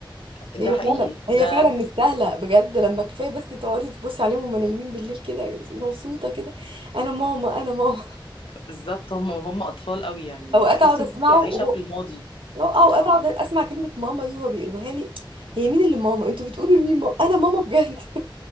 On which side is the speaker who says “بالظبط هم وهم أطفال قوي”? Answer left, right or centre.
Left